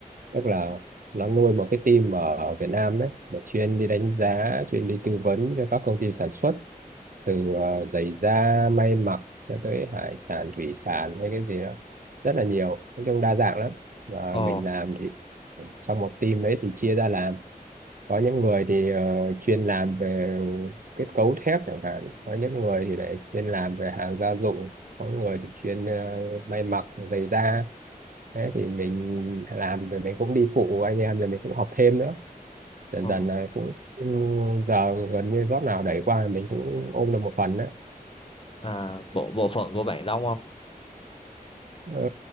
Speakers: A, on the right; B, on the left.
A: tức là nó nuôi một cái team ở ở Việt Nam ấy để chuyên đi đánh giá chuyên đi tư vấn cho các công ty sản xuất từ ờ, giày da may mặc cho tới hải sản thủy sản hay cái gì đó rất là nhiều nói chung đa dạng lắm và
B: Ồ,
A: mình làm thì trong một team đấy thì chia ra làm có những người thì ờ, chuyên làm về kết cấu thép chẳng hạn có những người thì lại chuyên làm về hàng gia dụng có người thì chuyên ờ, may mặc giày da thế thì mình làm rồi mình cũng đi phụ anh em rồi mình cũng học thêm nữa dần
B: ồ.
A: dần là cũng ừ, giờ gần như job nào đẩy qua mình cũng ôm được một phần đó
B: à, bộ bộ phận của bạn đông không?
A: Ờ,